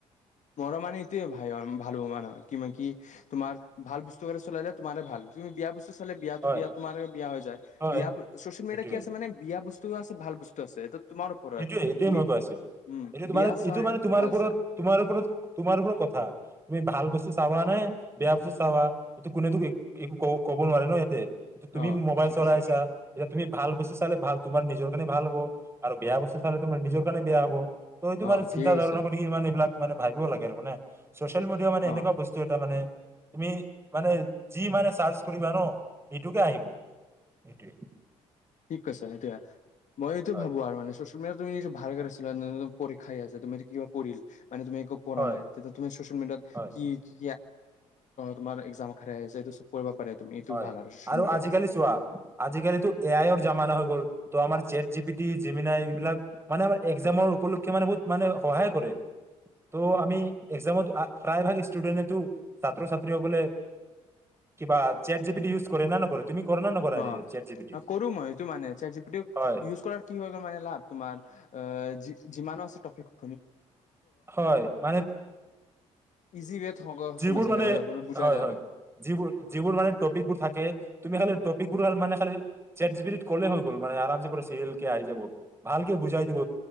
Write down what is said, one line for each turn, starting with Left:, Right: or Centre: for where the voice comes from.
Left: মৰো মানে এইটোৱে ভাল ভালো মানহ কি মাই কি তোমাৰ ভাল বস্তু এটা চলালে তোমাৰে ভাল তুমি বেয়া বস্তু বিয়াতো
Right: হয়
Left: বিয়া তোমাৰ বিয়া হৈ যায়।
Right: হয়
Left: বিয়া চচিয়েল
Right: সেইটোৱে
Left: মিডিয়া কি আছে মানে বিয়া বস্তুও আছে ভাল বস্তু আছে এইটো তোমাৰ ওপৰত হয়।
Right: এইটোয়ে এইটোয়ে
Left: তুমি
Right: মই কৈ আছো
Left: উম
Right: এইটো তোমাৰ
Left: বিয়া চাই
Right: এইটো মানে তোমাৰ
Left: ভাল
Right: ওপৰত
Left: চাই।
Right: তোমাৰ ওপৰত তোমাৰ ওপৰত কথা তুমি ভাল বস্তু চাবা নে বেয়া বস্তু চাবা। কোনে তোক একো ক ক'ব নোৱাৰে ন ইয়াতে তুমি
Left: অ
Right: মোবাইল
Left: ঠিক
Right: চলাইছা।
Left: আছে
Right: এতিয়া তুমি ভাল বস্তু চালে ভাল তোমাৰ নিজৰ কাৰণে ভাল হ'ব। আৰু বেয়া বস্তু চালে তোমাৰ নিজৰ কাৰণে বেয়া হ'ব। ত' এইটো
Left: অ
Right: মানে
Left: ঠিকে
Right: চিন্তা
Left: কৈছা
Right: ধাৰণা কৰি কি মানে এইবিলাক মানে ভাবিব লাগে মানে ছচিয়েল মিডিয়া মানে
Left: অ
Right: এনেকুৱা বস্তু এইটো এটা মানে তুমি মানে যি মানে চাৰ্চ কৰিবা ন সেইটোকে আহিব। সেইটোৱেই।
Left: ঠিক কৈছে সেইটোৱে। মই এইটো
Right: হয়
Left: ভাবো আৰু মানে ছ তুমি নিজ ভাল কৰি আছিলা পৰীক্ষাই আছে তুমি য কিবা পৰি মানে তুমি পঢ়া
Right: হয়
Left: নাই তেতিয়া তুমি চচিয়েল মিডিয়াত
Right: হয়
Left: কি, কি তোমাৰ একজামখাৰ আছে এইটো কৰিব পাৰে তুমি এইটো
Right: হয়
Left: ভাল আৰু চিয়েল মিডিয়া
Right: আজিকালি
Left: কাৰণে।
Right: চোৱা আজিকালিতো এ আই অৰ জামানা হৈ গ'ল তো আৰ set G P T Gemini AI বিলাক মানে আমাৰ একজামৰ উপলক্ষে মানে বহুত মানে সহায় কৰে। ত' আমি একজামত প্ৰায় ভাগ ষ্টুডেন্টেতো ছাত্ৰ ছাত্ৰীসকলে কিবা chat G P T use কৰে না নকৰে তুমি? কৰা না নকৰা
Left: অঁ,
Right: চেট জি পি টি
Left: কৰোঁ মই সেইটো মানে জেট জি পি টি
Right: হয়
Left: ইউজ কৰাৰ কি হয়গৈ মানে না তোমাৰ আ যিমান আছে টপি <inaudible>
Right: হয় মানে
Left: ইজি ৱেত
Right: যিবোৰ
Left: সমজ
Right: মানে
Left: বুজাই
Right: হয়
Left: যায়
Right: হয়
Left: আৰু
Right: যিবোৰ, যিবোৰ মানে টপিকবোৰ থাকে তুমি খালি টপিকবোৰৰ মানে খালি জেট জি পি টিত ক'লে হৈ গ'ল মানে আৰাম চিৰিয়েল কে আহি যাব ভালকে বুজাই দিব।